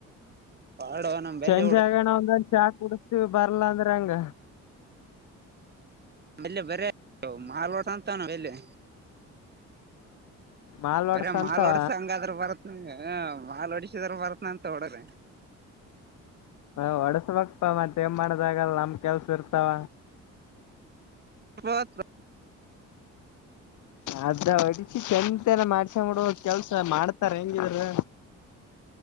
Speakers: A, on the right; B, on the left.
A: ಪಾಡು ನಮ್ ಬೆಲ್ಲಿ
B: ಚೆಂಜ
A: ಹುಡು
B: ಆಗಣ ಒಂದಂದ ಚಾಕ್ ಕುಡಸ್ತೀವಿ ಬರ್ಲ್ಲ ಅಂದ್ರ ಹಂಗ
A: ಮ ಬರ ಮಾಲ್ ಟ ಅಂತ <unintelligible>
B: ಮಾಲ್
A: ಬರ
B: ಒಡ್ಸಂತವ
A: ಮಾಲ್ ಡಸ ಹಂಗಾದ್ರ ಬರತ್ನ ಮಾಲ್ ಹೊಡಿಸಿದ್ರ ಬರತ್ನ ಅಂತ ಹೊಡ್ರ
B: ಹ ಒಡಸಬಕ್ಪ ಮತ್ತೇಮ್ ಮಾಡದಾಗಲ್ಲ ನಮ್ ಕೆಲ್ಸ ಇರ್ತಾವ
A: ಬತ್
B: ಅದ ಹೊಡಿಸಿ ಚಂತೆನ ಮಾಡ್ಸಂಬಡುವ ಕೆಲ್ಸ ಮಾಡ್ತಾರ ಹೆಂಗಿದ್ರ